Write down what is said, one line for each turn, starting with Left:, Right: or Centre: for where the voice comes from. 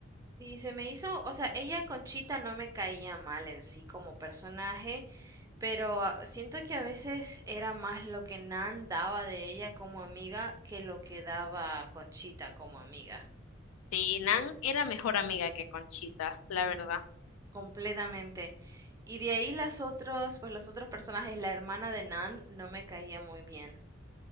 Right: Y se me hizo, o sea, ella Conchita no me caía mal en sí como personaje, pero ah, siento que a veces era más lo que Nan daba de ella como amiga que lo que daba Conchita como amiga.
Left: Sí, Nan era mejor amiga que Conchita, la verdad.
Right: Completamente. Y de ahí las otros, pues los otros personajes, la hermana de Nan no me caía muy bien.